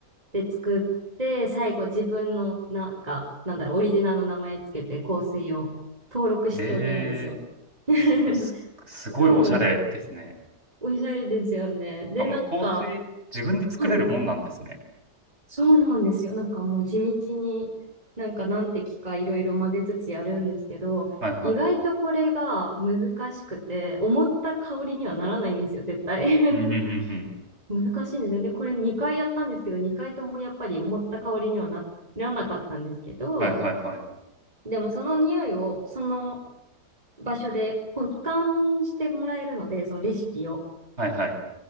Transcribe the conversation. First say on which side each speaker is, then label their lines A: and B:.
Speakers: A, on the right (about 20°); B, on the right (about 40°).
A: で作って、最後自分の、なんか、なんだろう、オリジナルの名前つけて香水を登録しておけるんですよ。
B: へえ。
A: <laughs>
B: す、えす、すごいおしゃれですね。
A: そうなんです。おしゃれですよね。
B: しかも香水、
A: で、なんか、
B: 自分で作れるもんなんですね。
A: はい、そうなんですよ。なんかもう地道に、なんか何滴かいろいろ混ぜつつやるんですけど、
B: はいはい。
A: 意外とこれが難しくて、思った香りにはならないんですよ、絶対。<laughs>
B: うんうんうん
A: 難しいんですよ。で、これ2回やったんですけど、2回ともやっぱり思った香りにはならなかったんですけど、
B: うん。はいはいはい。
A: でもその匂いをその場所で保管してもらえるので、そのレシピを。
B: はいはい。